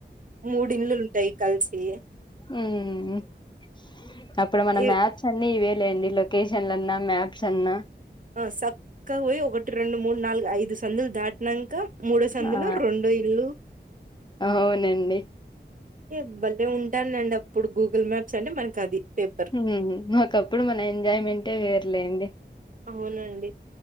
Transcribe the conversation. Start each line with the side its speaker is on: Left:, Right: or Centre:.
Right: మూడు ఇండ్లు ఉంటాయి కలిసి
Left: హ్మ్మ్ హ అప్పుడ
Right: ఈ
Left: మ్యాప్స్ అని ఇవే లేండి లొకేషన్లన్నా మ్యాప్స్ అన్నా
Right: ఆ చక్కగా పోయి ఒకటి రెండు మూడు నాలుగు ఐదు సందులు దాటి నంక మూడో సందిలో
Left: ఆ
Right: రెండో ఇల్లు
Left: అవునండి
Right: హే భలే ఉంటానండి అప్పుడు గూగుల్ మ్యాప్స్ అంటే మనకు అది పేపర్
Left: హ్మ్మ్ ఒకప్పుడు మన ఎంజాయిమెంట్ యే వేర్లేండి
Right: అవునండి